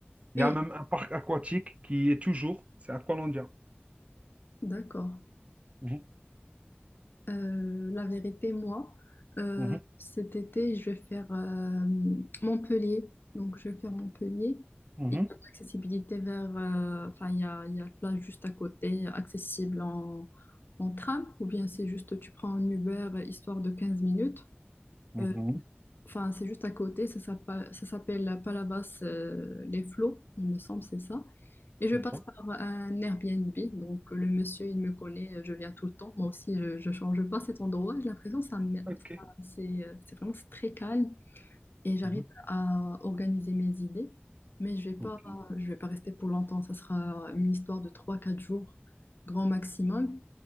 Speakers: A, on the right; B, on the left.
A: Il
B: Et
A: y a même un parc aquatique qui est toujours, c'est Aqualandia.
B: d'accord.
A: Mhm,
B: Euh, la vérité, moi, euh,
A: mhm,
B: cet été, je vais faire euh, Montpellier. Donc, je vais faire Montpellier.
A: mhm,
B: Il y a l'accessibilité vers... euh, enfin, il y a, il y a la plage juste à côté, accessible en, en tram. Ou bien, c'est juste, tu prends un Uber, euh, histoire de 15 minutes.
A: mhm.
B: Euh, Enfin, c'est juste à côté, ça s'appelle ça s'appelle Palavas euh, les Flots, il me semble, c'est ça. Et je
A: Sympa.
B: passe par un Airbnb, donc le monsieur, il me connaît, je viens tout le temps. Moi aussi, je, je change pas cet endroit. J'ai l'impression que ça, me- ça-
A: Ok.
B: c'est euh, c'est vraiment c'est très calme et j'arrive
A: Mhm,
B: à organiser mes idées. Mais je vais pas,
A: Ok,
B: je vais pas rester pour longtemps. Ça sera une histoire de trois, quatre jours, grand maximum.